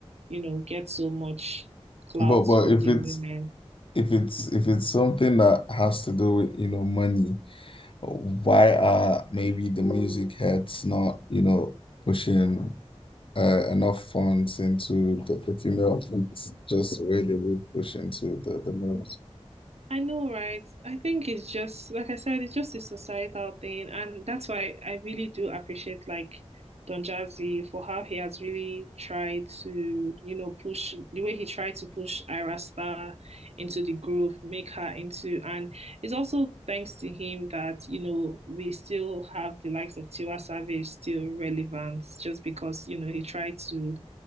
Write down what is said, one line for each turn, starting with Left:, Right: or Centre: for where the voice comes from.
Right: you know get so much clout
Left: But but
Right: for
Left: if
Right: the
Left: it's
Right: women
Left: if it's if it's something that has to do with, you know, money. why are maybe the music heads not, you know, pushing uh, enough funds into the, the female athletes just the way they would push into the, the males?
Right: I know, right? I think it's just, like I said, it's just a societal thing. And that's why I really do appreciate like Don Jazzy for how he has really tried to, you know, push the way he tried to push Ira Star into the groove, make her into, and it's also thanks to him that, you know, we still have the likes of Tiwa Savage still relevant just because, you know, he tried to